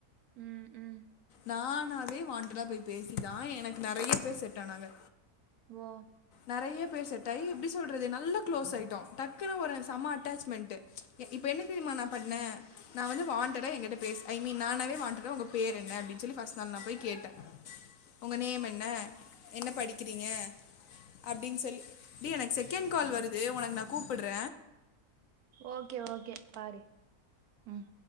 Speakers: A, on the right; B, on the left.
A: ம் ம்
B: நானாவே வான்ட்டடா போய் பேசி தா எனக்கு நெறைய பேர் செட் ஆனாங்க
A: ஓ
B: நெறைய பேர் செட் ஆயி எப்டி சொல்றது நல்லா க்ளோஸ் ஆயிட்டோ டக்குன்னு ஒரு செம அட்டாச்மெண்ட்டு இப்போ என்ன தெரியுமா நா பண்ண நா வந்து வான்ட்டா என்கிட்ட பேச ஐ மீன் நானாவே வான்ட்டா உங்க பேர் என்ன அப்டின்னு சொல்லி ஃபர்ஸ்ட் நாள் நா போய் கேட்ட உங்க நேம் என்ன என்ன படிக்கிறீங்க அப்டின்னு சொல்லி டேய் எனக்கு செகண்ட் கால் வருது உனக்கு நா கூப்பிட்ற
A: ஓகே ஓகே பாரு ம்